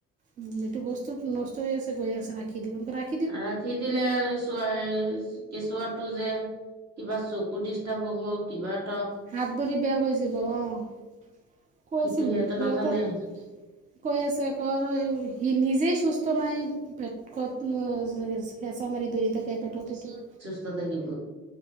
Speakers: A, on the right; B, on the right.
A: উমঁ এইটো বস্তু নষ্ট হৈ আছে গৈ আছে ৰাখি দিম লাখ।
B: ৰাখী দিলে আৰু চোৱাচ কেঁচুৱাটো যে কিবা চকু ডিষ্টাব হ'ব কিবাত-
A: হাত ভৰি বেয়া হৈ যাব আহ কৈছিলো
B: সেইটো সিহঁতে
A: সিহঁতে-
B: নাজানে।
A: কৈ আছে আক সি নিজেই সুস্থ নাই পেটত নো কত হেঁচা মাৰি ধৰি থাকে পেটত ইতো।
B: কষ্ট থাকিব